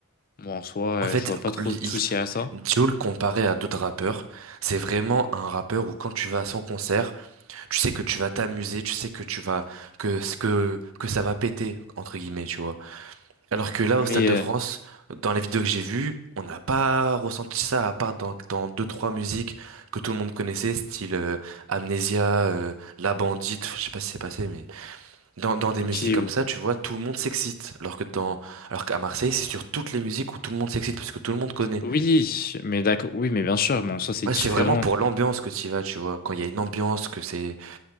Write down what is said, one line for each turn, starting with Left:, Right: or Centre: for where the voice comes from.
Left: Moi en soi,
Right: en fait
Left: euh, je vois pas trop
Right: il-
Left: de soucis
Right: il-
Left: à ça.
Right: Jul comparé à d'autres rappeurs, c'est vraiment un rappeur où quand tu vas à son concert, tu sais que tu vas t'amuser, tu sais que tu vas que que que ça va péter entre guillemets, tu vois. Alors que là,
Left: Mais,
Right: au Stade de
Left: euh,
Right: France, dans les vidéos que j'ai vues, on n'a pas ressenti ça, à part dans, dans deux, trois musiques que tout le monde connaissait, style euh, Amnesia, euh, La Bandite, je sais pas si c'est passé, mais dans, dans des
Left: Ok,
Right: musiques comme
Left: ou-
Right: ça, tu vois, tout le monde s'excite. Alors que dans, alors qu'à Marseille, c'est sur toutes les musiques où tout le monde s'excite, parce que tout le monde connaît.
Left: oui, mais d'accord, oui, mais bien sûr, mais en soi c'est
Right: Ouais,
Left: différent.
Right: c'est vraiment pour l'ambiance que tu y vas, tu vois. Quand il y a une ambiance, que c'est,